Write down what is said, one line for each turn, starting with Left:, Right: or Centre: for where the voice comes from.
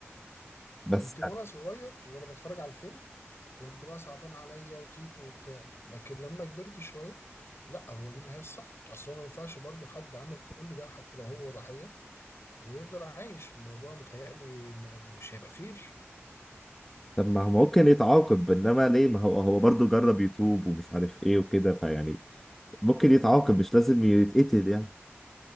Centre: بس
Left: يمكن وانا صغير وانا بتفرج على الفيلم كنت بقى صعبان عليا وتيتو وبتاع لكن لما كبرت شويه لا هو دي النهايه الصح اصل هو ما ينفعش برضه حد عمل كل ده حتى لو هو ضحيه ويفضل عايش الموضوع متهيألي م- مش هيبقى فير
Centre: طب ما هو ممكن يتعاقب انما ليه ما هو هو برضه جرب يتوب ومش عارف ايه وكده فيعني ممكن يتعاقب مش لازم يتقتل يعني